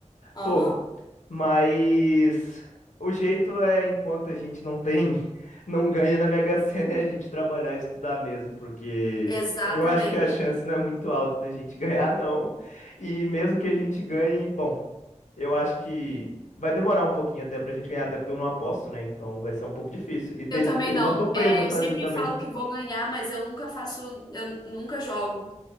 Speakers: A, on the left; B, on the left.
A: Aham.
B: Pô. Mas o jeito é, enquanto a gente não tem, <laughs> não ganha na Mega Sena, é a gente trabalhar e estudar mesmo, porque
A: Exatamente.
B: eu acho que a chance não é muito alta da gente <laughs> ganhar, não. E mesmo que a gente ganhe, bom, eu acho que vai demorar um pouquinho até pra gente ganhar, até porque eu não aposto, né? Então vai ser um pouco difícil. E teria,
A: Eu também
B: teria
A: não.
B: uma surpresa
A: É,
B: pra
A: eu sempre
B: mim também.
A: falo que vou ganhar, mas eu nunca faço, eu nunca jogo.